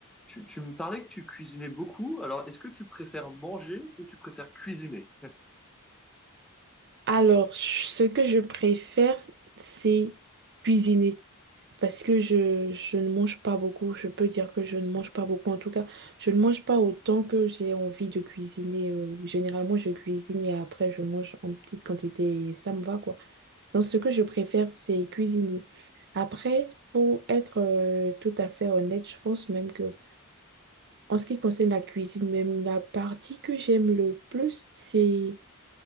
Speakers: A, in the centre; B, on the right.
A: Tu, tu me parlais que tu cuisinais beaucoup, alors est-ce que tu préfères manger ou tu préfères cuisiner?
B: Alors, ce que je préfère, c'est cuisiner. Parce que je, je ne mange pas beaucoup. Je peux dire que je ne mange pas beaucoup. En tout cas, je ne mange pas autant que j'ai envie de cuisiner. Euh, Généralement, je cuisine et après, je mange en petite quantité et ça me va, quoi. Donc, ce que je préfère, c'est cuisiner. Après, pour être euh, tout à fait honnête, je pense même que en ce qui concerne la cuisine, même la partie que j'aime le plus, c'est